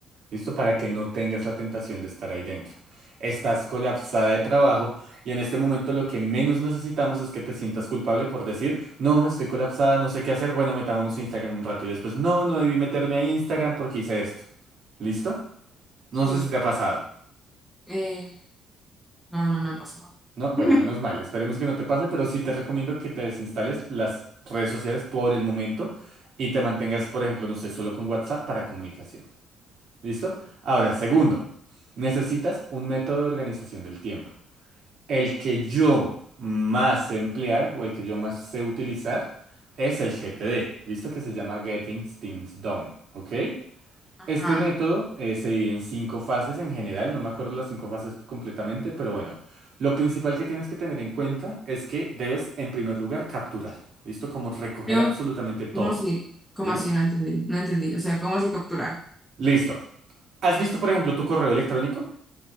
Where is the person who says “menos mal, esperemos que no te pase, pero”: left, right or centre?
Right